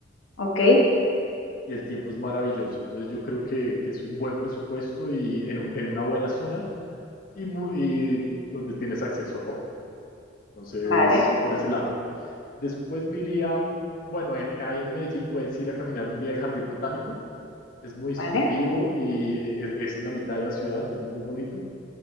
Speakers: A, on the left; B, on the left.
A: Ok,
B: y el tiempo es maravilloso. Entonces yo creo que, que es un buen presupuesto y en, un- en una buena zona y, mu- y donde tienes acceso a todo. Entonces,
A: vale,
B: por ese lado. Después me iría, bueno, en, ahí en Medellín puedes ir a caminar un día al Jardín Botánico. Es muy instructivo
A: vale,
B: y es, es en la mitad de la ciudad, es muy bonito.